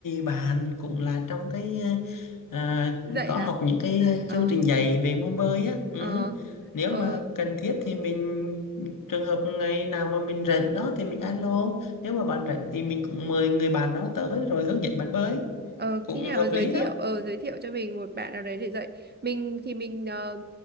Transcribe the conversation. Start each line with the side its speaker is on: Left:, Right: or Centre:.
Left: bạn cũng là trong cái ờ, à,
Right: <laughs> dậy
Left: có
Right: à
Left: học những cái
Right: ờ
Left: chương trình dạy về môn bơi á ừ.
Right: ờ
Left: nếu
Right: ờ
Left: mà cần thiết thì mình trường hợp ngày nào mà mình rảnh đó thì mình alo nếu mà bạn rảnh thì mình cũng mời người bạn đó tới rồi hướng dẫn bạn bơi
Right: Ờ,
Left: cũng
Right: khi nào
Left: hợp
Right: giới
Left: lý
Right: thiệu
Left: đó
Right: ờ, giới thiệu cho mình một bạn nào đấy để dạy mình thì mình ờ,